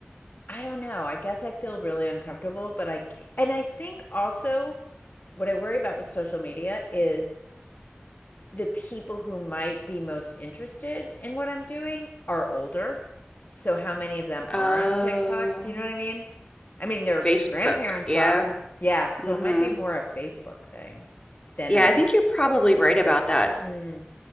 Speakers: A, on the left (about 45°); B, on the left (about 25°).
A: I don't know. I guess I feel really uncomfortable, but I and I think also what I worry about with social media is the people who might be most interested in what I'm doing are older. So how many of them are
B: Oh,
A: on TikTok? Do you know what I mean? I mean, their
B: Facebook.
A: grandparents
B: Yeah.
A: are. Yeah, so
B: Mm-hmm.
A: it might be more a Facebook thing than
B: Yeah,
A: a
B: I think you're probably right about that.
A: mm,